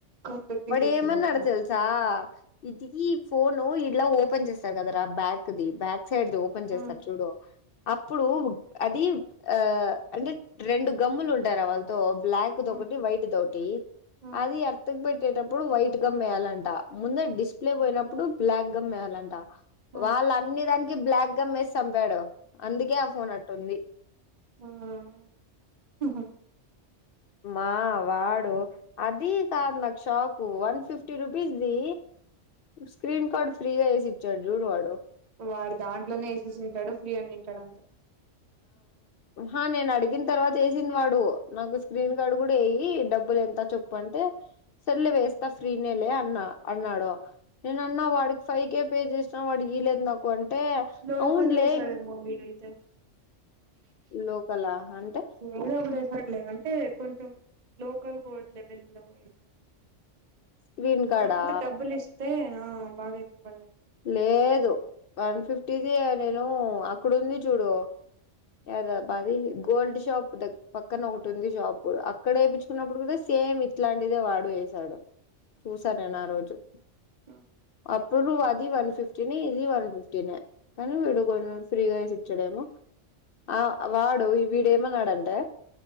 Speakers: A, on the right; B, on the left.
A: కొత్త పీస్
B: వాడేమన్నాడో
A: ఇచ్చి బదులు
B: తెల్సా ఇది ఫోను ఇలా ఓపెన్ చేసార్ కదారా బ్యాక్దిి బ్యాక్ సైడ్ది ఓపెన్ చేస్
A: ఆ ఆ
B: చూడు అప్పుడు ఉడ్ అది ఆ అంటే రెండు గమ్ములుంటాయిరా వాళ్ళతో బ్లాక్ దొకటి
A: ఆ
B: వైట్ దొటి
A: ఆ
B: అది ఎర్త్కు పెట్టేటప్పుడు వైట్ గం వేయాలంట ముందు డిస్ప్లే పోయినప్పుడు బ్లాక్ గమ్ వేయాలంట
A: ఆ
B: వాళ్ళ అన్ని దానికి బ్లాక్ గమ్ వేస్ చంపాడు అందుకే ఆ ఫోన్ అట్టుంది
A: యా
B: మా వాడు అది కాదు నాకు షాకు వన్ ఫిఫ్టీ రూపీస్ దీ స్క్రీన్ కార్ట్ ఫ్రీగా ఏసీ జూరు వాడుో
A: వాడు దాంట్లోనే ఎసేసి తంటాడు ఫ్రీ అని తింటాడు అంత
B: ఆ నేను అడిగిన తర్వాత వేసింది వాడు నాకు స్క్రీన్గాడు
A: ఉహు
B: కూడా ఎయ్యి డబ్బులు ఎంత చెప్పు అంటే సర్లే వేస్తా ఫ్రీనే లే అన్నా అన్నాడు నేన అన్నా వాడికి ఫైవ్ కే పే చేసినా వాడి వీయలేదు నాకు అంటే
A: లోకల్
B: అవునులే
A: ఎసాడమో వీడైతే
B: లోకల అంటే
A: ఎదో ఒకటి వేసాడులే అంటే కొంచెం లోకల్ కూడా లెవెల్ లో వేసాడేమో
B: స్క్రీన్ కార్డా
A: మనమంతా డబ్బులిస్తే ఆ బాగా ఏసేవాళ్లేమో
B: లేదు వన్ ఫిఫ్టీది నేను అక్కడుంది చూడు ఏదా బ అది గోల్డ్ షాప్ ద్గ పక్కన ఒకటి ఉంది షాపు అక్కడ వెయ్పిచ్చుకున్నప్పుడు కూడా సేమ్ ఇట్లాంటిదే వాడు వేసాడు చూసా నేను ఆ రోజు
A: హ్మ్
B: అప్పుడు అది వన్ ఫిఫ్టీనే ఇది వన్ ఫిఫ్టీనే కానీ వీడు కొంచెం ఫ్రీగా వేసి ఇచ్చాడేమో ఆ వాడు వీడు ఏమన్నాడంటే